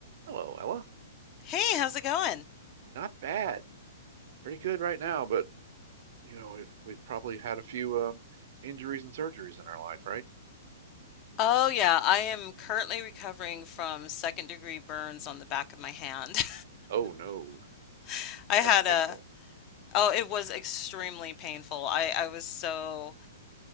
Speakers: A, on the right; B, on the left.
A: Hello, Ella.
B: Hey, how's it going?
A: Not bad. Pretty good right now, but you know, we've we've probably had a few um injuries and surgeries in our life, right?
B: Oh, yeah, I am currently recovering from second degree burns on the back of my hand.
A: Oh no,
B: <laughs> I
A: that's
B: had
A: painful.
B: a, oh, it was extremely painful. I, I was so,